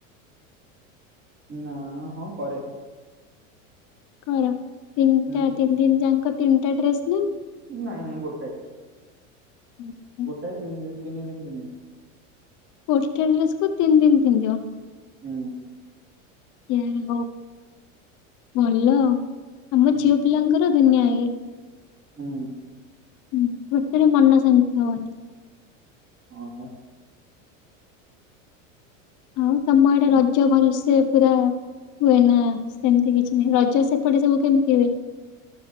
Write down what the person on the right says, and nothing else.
ନା ହଁ କରେ
ହୁଁ।
ନାଇଁ ନାଇଁ ଗୋଟେ
ଗୋଟାଏ ତିନ ଦିନ ତିନି ଦିନ ପିନ୍ଧିବି।
ହୁଁ।
ହୁଁ
ହୁଁ।
ହଁ ହଁ।